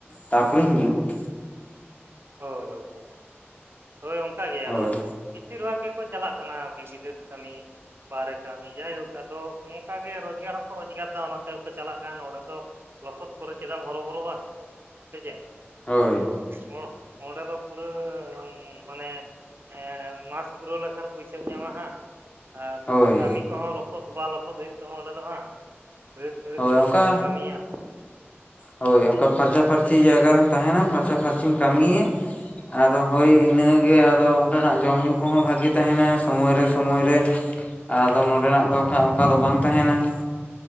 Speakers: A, on the left; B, on the right.
A: ᱛᱟᱨᱯᱚᱨᱮᱧ ᱦᱤᱡᱩᱜᱼᱟ
B: ᱦᱳᱭ ᱦᱳᱭ ᱦᱳᱭ ᱦᱳᱭ ᱚᱱᱠᱟᱜ ᱜᱮ
A: ᱦᱳᱭ
B: ᱟᱫᱚ ᱵᱤᱥᱤᱨ ᱵᱷᱟᱜᱽ ᱜᱮ ᱠᱚ ᱪᱟᱞᱟᱜ ᱠᱟᱱᱟ <unintelligible> ᱵᱤᱥᱮᱥ ᱠᱟᱹᱢᱤ ᱵᱟᱦᱨᱮ ᱠᱟᱹᱢᱤ ᱡᱟᱭᱦᱳᱠ ᱟᱫᱚ ᱚᱱᱠᱟ ᱜᱮ ᱨᱚᱡᱽᱜᱟᱨ ᱦᱚᱸᱠᱚ ᱨᱚᱡᱽᱜᱟᱨ ᱮᱫᱟ ᱚᱱᱟ ᱛᱮ ᱦᱚᱸ ᱠᱚ ᱪᱟᱞᱟᱜ ᱠᱟᱱᱟ ᱱᱚᱸᱰᱮ ᱫᱚ ᱞᱚᱥᱚᱫ ᱠᱚᱨᱮ ᱪᱮᱫᱟᱜ ᱮᱢ ᱦᱚᱨᱚᱵᱚᱨᱚᱜᱼᱟ ᱥᱮ ᱪᱮᱫ
A: ᱦᱳᱭ
B: ᱟᱫᱚ ᱱᱚᱰᱮ ᱫᱚ ᱯᱩᱨᱟᱹ ᱢᱟᱱᱮ ᱮᱻ ᱢᱟᱥ ᱯᱩᱨᱟᱹᱣ ᱞᱮᱠᱷᱟᱱ ᱯᱚᱭᱥᱟᱹᱢ ᱧᱟᱢᱟ ᱦᱟᱸᱜ ᱟᱨ
A: ᱦᱳᱭ
B: ᱠᱟᱹᱢᱤ ᱠᱚᱦᱚᱸ ᱞᱚᱥᱚᱫ ᱵᱟᱝ ᱞᱚᱥᱚᱫ ᱦᱩᱭᱩᱜ ᱛᱟᱢᱟ ᱚᱸᱰᱮ ᱫᱚ ᱦᱟᱸᱜ ᱵᱟᱹᱛᱼᱼ
A: ᱦᱳᱭ ᱚᱱᱠᱟ
B: <unintelligible> ᱠᱟᱛᱮᱢ ᱠᱟᱹᱢᱤᱭᱟ
A: ᱦᱳᱭ ᱚᱱᱠᱟ ᱯᱷᱟᱨᱪᱟ ᱯᱷᱟᱹᱨᱪᱤ ᱡᱟᱭᱜᱟ ᱨᱮᱢ ᱛᱟᱦᱮᱱᱟ ᱯᱷᱟᱨᱪᱟ ᱯᱷᱟᱹᱨᱪᱤᱢ ᱠᱟᱹᱢᱤᱭᱟ ᱟᱫᱚ ᱦᱳᱭ ᱤᱱᱟᱹ ᱜᱮ ᱟᱫᱚ ᱚᱸᱰᱮᱱᱟᱜ ᱡᱚᱢ ᱧᱩ ᱠᱚᱦᱚᱸ ᱵᱷᱟᱹᱜᱤ ᱛᱟᱦᱮᱱᱟ ᱥᱚᱢᱚᱭ ᱨᱮ ᱥᱚᱢᱚᱭ ᱨᱮ ᱟᱫᱚ ᱱᱚᱸᱰᱮᱱᱟᱜ
B: ᱦᱳᱭ
A: ᱫᱚ ᱠᱷᱟᱱ ᱚᱱᱠᱟ ᱫᱚ ᱵᱟᱝ ᱛᱟᱦᱮᱱᱟ